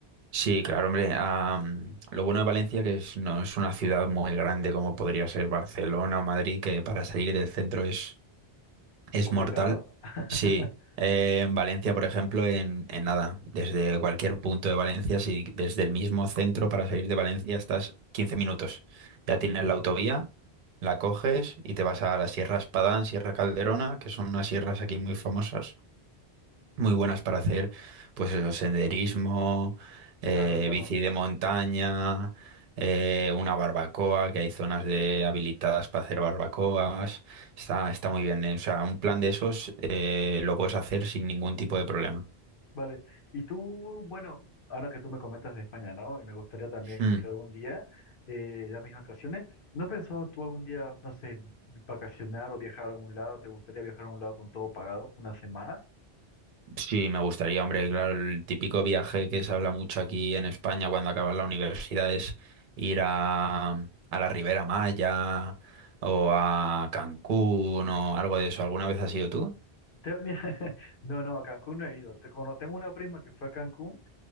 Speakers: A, on the right (about 55°); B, on the left (about 60°).
A: sí, claro, hombre. ah, mm, lo bueno de Valencia que es, no es una ciudad muy grande como podría ser Barcelona o Madrid, que para salir del centro es Es
B: Complicado.
A: mortal,
B: <laughs>
A: sí. Eh, en Valencia, por ejemplo, en, en nada, desde cualquier punto de Valencia, si desde el mismo centro para salir de Valencia estás 15 minutos. Ya tienes la autovía, la coges y te vas a la Sierra Espadán, Sierra Calderona, que son unas sierras aquí muy famosas muy buenas para hacer, pues eso, senderismo, eh,
B: Claro, claro.
A: bici de montaña, eh, una barbacoa, que hay zonas de habilitadas para hacer barbacoas. Está, está muy bien, eh. O sea, un plan de esos eh, lo puedes hacer sin ningún tipo de problema.
B: Vale, y tú, bueno, ahora que tú me comentas de España, ¿no? Y me gustaría también
A: Mm,
B: ir algún día, eh, las mismas vacaciones. ¿No has pensado tú algún día, no sé, vacacionar o viajar a algún lado? ¿Te gustaría viajar a un lado con todo pagado, una semana?
A: Sí, me gustaría, hombre, claro, el típico viaje que se habla mucho aquí en España cuando acabas la universidad es ir a, a la Ribera Maya o a Cancún o algo de eso. ¿Alguna vez has ido tú?
B: Te- <laughs> mira, <laughs> no, no, a Cancún no he ido. Te- cono- Tengo una prima que fue a Cancún